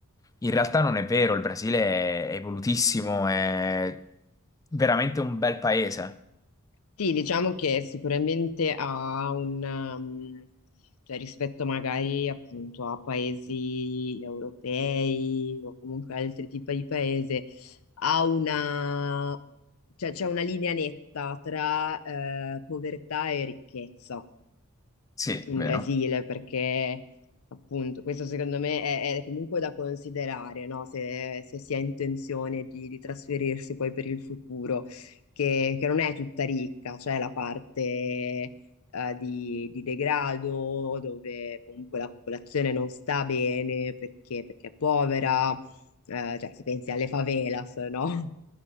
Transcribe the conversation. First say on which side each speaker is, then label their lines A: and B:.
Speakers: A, on the left (about 15°); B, on the left (about 75°).
A: In realtà non è vero, il Brasile è evolutissimo, è veramente un bel paese.
B: Sì, diciamo che sicuramente ha un, um, cioè rispetto magari appunto a paesi europei o comunque altri tipi di paese, ha una, cioè c'è una linea netta tra eh, povertà e ricchezza
A: Sì,
B: in
A: vero.
B: Brasile, perché appunto questo secondo me è, è comunque da considerare, no? Se, se si ha intenzione di, di trasferirsi poi per il futuro, che, che non è tutta ricca, c'è la parte eh, di, di degrado dove comunque la popolazione non sta bene perché, perché è povera, eh, cioè se pensi alle favelas, no?